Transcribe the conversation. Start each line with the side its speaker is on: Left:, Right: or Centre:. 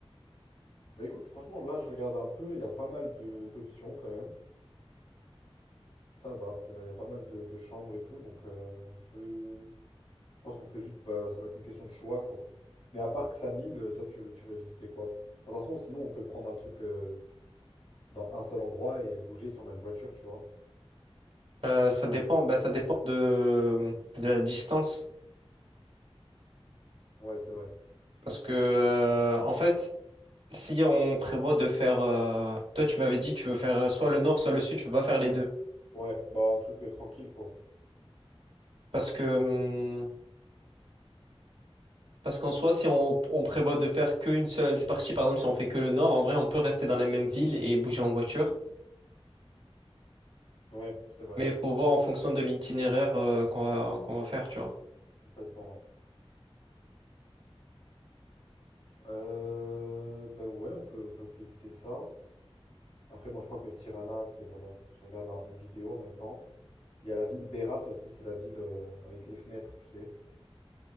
Left: Mais écoute, franchement, là, je regarde un peu, il y a pas mal de d'options quand même. Ça va, il y a, il y a pas mal de, de chambres et tout, donc euh, on peut... Je pense qu'on peut juste... Bah, ça va être une question de choix, quoi. Mais à part que Samil, toi, tu, veux- tu veux visiter quoi? De toute façon, sinon, on peut prendre un truc euh, dans un seul endroit et bouger si on a une voiture, tu vois.
Right: Euh, ça dépend, bah, ça dépend de, de la distance.
Left: Ouais, c'est vrai.
Right: Parce que, euh, en fait, si on prévoit de faire. euh, toi, tu m'avais dit, tu veux faire euh, soit le nord, soit le sud, tu peux pas faire les deux.
Left: Ouais, bah un truc euh, tranquille, quoi.
Right: Parce que. hum, parce qu'en soi, si on, on prévoit de faire qu'une seule partie, par exemple, si on fait que le nord, en vrai, on peut rester dans la même ville et bouger en voiture.
Left: Ouais, c'est vrai.
Right: Mais il faut voir en fonction de l'itinéraire euh, qu'on va, qu'on va faire, tu vois.
Left: Complètement, ouais. Euh, bah ouais, on peut, on peut tester ça. Après, moi, je crois que Tirana, c'est voilà, je regarde là une vidéo en même temps. Il y a la ville Berat aussi, c'est la ville euh, avec les fenêtres, tu sais.